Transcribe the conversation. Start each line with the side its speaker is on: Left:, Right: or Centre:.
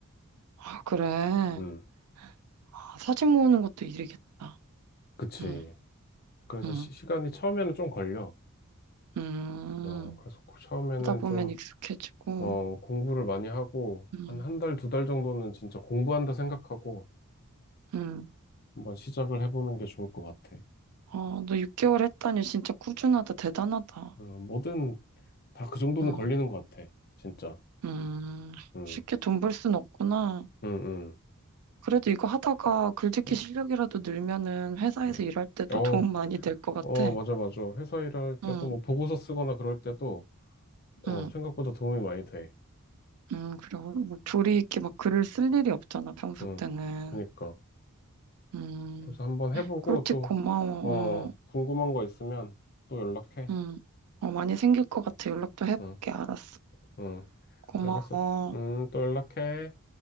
Right: 아, 그래.
Left: 음,
Right: 아, 사진 모으는 것도 일이겠다.
Left: 그치.
Right: 응,
Left: 그래서
Right: 응,
Left: 시, 간이 처음에는 좀 걸려.
Right: 음.
Left: 어, 그래서 고- 처음에는
Right: 하다 보면
Left: 좀,
Right: 익숙해지고.
Left: 어, 공부를 많이 하고,
Right: 음.
Left: 한 한 달, 두 달 정도는 진짜 공부한다 생각하고
Right: 응
Left: 한번 시작을 해보는 게 좋을 것 같아.
Right: 아, 너 6개월 했다니 진짜 꾸준하다, 대단하다.
Left: 음, 뭐든 다 그 정도는
Right: 응
Left: 걸리는 것 같아. 진짜.
Right: 음.
Left: 음,
Right: 쉽게 돈 벌 순 없구나.
Left: 음, 음,
Right: 그래도 이거 하다가 글짓기
Left: 음,
Right: 실력이라도 늘면은 회사에서
Left: 음.
Right: 일할 때도
Left: 어,
Right: 도움 많이 될 것 같아.
Left: 어, 맞아, 맞아. 회사 일할
Right: 응,
Left: 때도 뭐 보고서 쓰거나 그럴 때도 어,
Right: 응,
Left: 생각보다 도움이 많이 돼.
Right: 응. 그리고 뭐 조리 있게 막 글을 쓸 일이 없잖아, 평소
Left: 응,
Right: 때는.
Left: 그니까.
Right: 음.
Left: 그래서 한번 해보고
Right: 꿀팁
Left: 또,
Right: 고마워.
Left: 어,
Right: 어,
Left: 궁금한 거 있으면 또 연락해.
Right: 응. 어, 많이 생길 것 같아. 연락 도 해볼게.
Left: 응,
Right: 알았어.
Left: 응,
Right: 고마워.
Left: 알겠어. 음, 또 연락해.